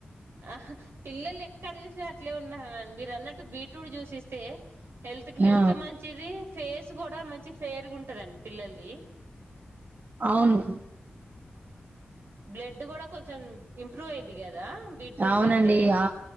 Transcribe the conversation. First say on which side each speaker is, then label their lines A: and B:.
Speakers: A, on the right (about 85°); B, on the right (about 55°).
A: ఆహా పిల్లలు ఎక్కడ చూసినా అట్లే ఉన్నా అని మీరు అన్నట్టు బీట్రూట్ జ్యూసి ఇస్తే హెల్త్ కి
B: ఆ
A: హెల్త్ మంచిది ఫేస్ కూడా మంచి ఫేర్గా ఉంటుందండి పిల్లల్ది
B: అవును
A: బ్లడ్ కూడా కొంచెం ఇంప్రూవ్ అయది కదా బీట్రూట్
B: అవునండి
A: తింటే
B: ఆ